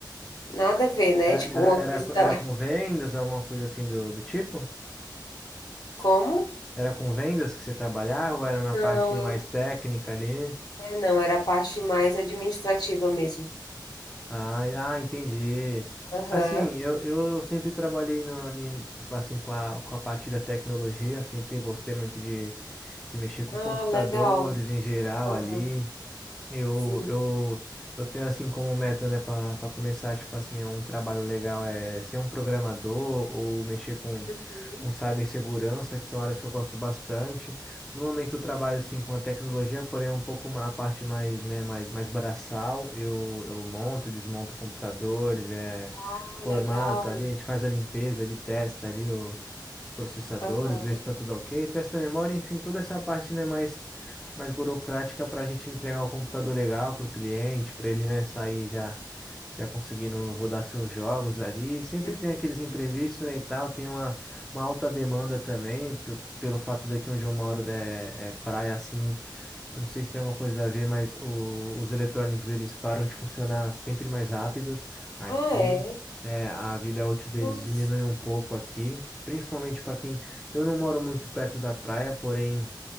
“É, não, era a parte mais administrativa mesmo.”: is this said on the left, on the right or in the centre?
Left